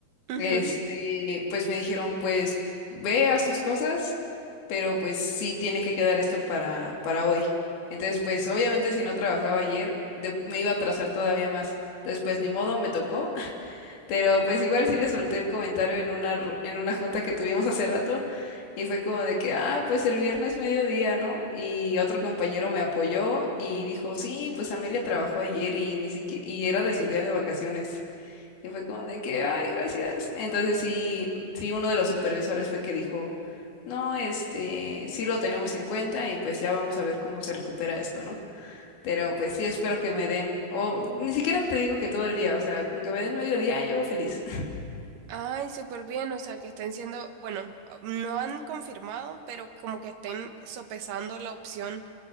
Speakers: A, on the right (about 65°); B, on the left (about 65°).
A: Ujú.
B: Este, pues me dijeron, pues ve, haz tus cosas, pero pues sí tiene que quedar esto para, para hoy. Entonces, pues obviamente si no trabajaba ayer, de- me iba a atrasar todavía más. Entonces, pues ni modo, me tocó. <laughs> Pero pues igual sí le solté el comentario en una, ru- en una junta que tuvimos hace rato y fue como de que, ah, pues el viernes mediodía, ¿no? Y otro compañero me apoyó y dijo, sí, pues Amelia trabajó ayer y ni siquiera, y era de su día de vacaciones. Y fue como de que, ay, gracias. Entonces sí, sí, uno de los supervisores fue que dijo, no, este, sí lo tenemos en cuenta y pues ya vamos a ver cómo se recupera esto, ¿no? Pero pues sí, espero que me den, o ni siquiera te digo que todo el día, o sea, con que me den medio día, yo feliz. <laughs>
A: Ay, súper bien, o sea que estén siendo, bueno, no han confirmado, pero como que estén sopesando la opción